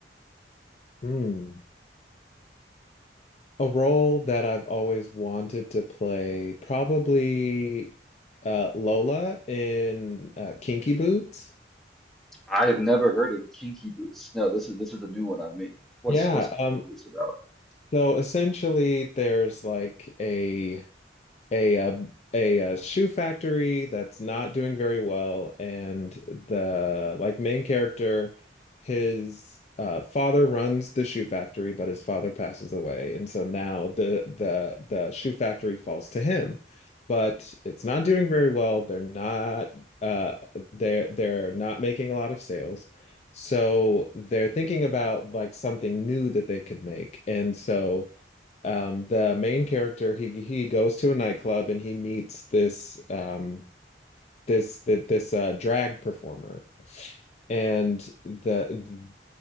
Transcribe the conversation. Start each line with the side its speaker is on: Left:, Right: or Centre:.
Left: Hmm. A role that I've always wanted to play, probably uh, Lola in uh, Kinky Boots.
Centre: I have never heard of Kinky Boots. No, this is this is a new one on me. What's
Left: Yeah.
Centre: what's Kinky
Left: Um,
Centre: Boots about?
Left: so essentially, there's like a a uh, a uh, shoe factory that's not doing very well, and the like main character, his uh, father runs the shoe factory, but his father passes away, and so now the the the shoe factory falls to him, but it's not doing very well. They're not uh, they're they're not making a lot of sales. So they're thinking about like something new that they could make. And so um the main character he he goes to a nightclub and he meets this um this th- this uh drag performer and the